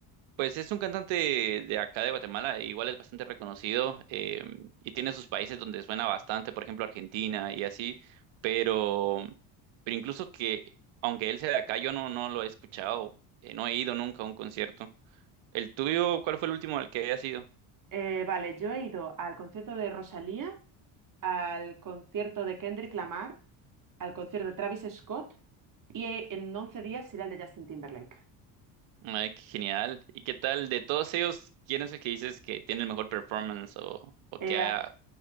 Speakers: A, on the right; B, on the right.
A: Pues es un cantante de acá de Guatemala, e igual es bastante reconocido eh, y tiene sus países donde suena bastante, por ejemplo Argentina y así, pero, pero incluso que, aunque él sea de acá, yo no, no lo he escuchado, eh, no he ido nunca a un concierto. ¿El tuyo, cuál fue el último al que hayas ido?
B: Eh, vale, yo he ido al concierto de Rosalía, al concierto de Kendrick Lamar, al concierto de Travis Scott y eh, en 11 días iré al de Justin Timberlake.
A: Ay, qué genial. ¿Y qué tal? De todos ellos, ¿quién es el que dices que tiene el mejor performance o, o
B: Eh,
A: que ha...